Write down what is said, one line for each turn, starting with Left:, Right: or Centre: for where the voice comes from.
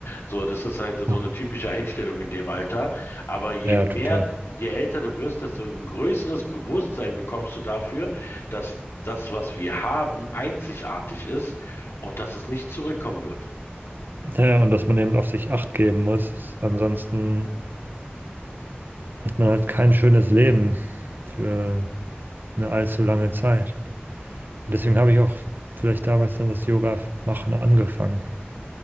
Left: So, das ist halt so
Right: Ja,
Left: eine typische Einstellung in dem Alter, aber je
Right: ja,
Left: mehr
Right: total.
Left: Je älter du wirst, desto ein größeres Bewusstsein bekommst du dafür, dass das, was wir haben, einzigartig ist und dass es nicht zurückkommen wird.
Right: Ja, ja, und dass man eben auf sich Acht geben muss. Ansonsten hat man halt kein schönes Leben für eine allzu lange Zeit. Und deswegen habe ich auch vielleicht damals dann das Yoga machen angefangen,